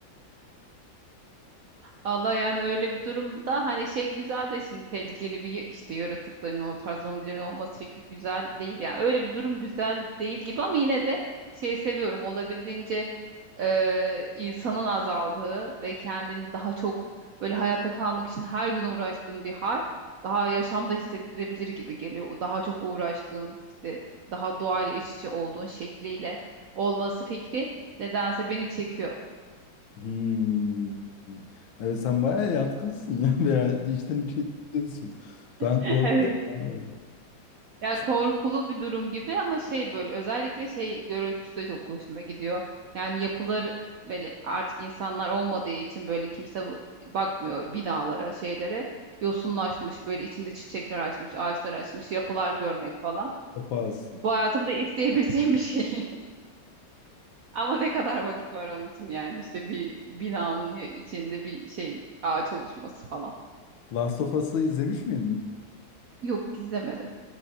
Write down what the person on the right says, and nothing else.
Allah yani öyle bir durumda hani şey güzel de şimdi tehlikeli bir işte yaratıkların o tarz zombilerin olması fikri güzel değil yani öyle bir durum güzel değil gibi ama yine de şey seviyorum olabildiğince e, insanın azaldığı ve kendini daha çok böyle hayatta kalmak için her gün uğraştığın bir hal daha yaşamda hissettirebilir gibi geliyor. O Daha çok uğraştığın işte daha doğayla iç içe olduğun şekliyle olması fikri nedense beni çekiyor.
<laughs>
Ya
korkulu bir durum gibi ama şey böyle özellikle şey görüntüsü de çok hoşuma gidiyor. Yani yapılar böyle artık insanlar olmadığı için böyle kimse bu- bakmıyor binalara, şeylere. Yosunlaşmış böyle içinde çiçekler açmış, ağaçlar açmış, yapılar görmek falan.
Bu hayatımda isteyebileceğim bir şey. <laughs> Ama ne kadar vakit var onun için yani işte bir binanın içinde bir şey ağaç oluşması falan.
Yok izlemedim.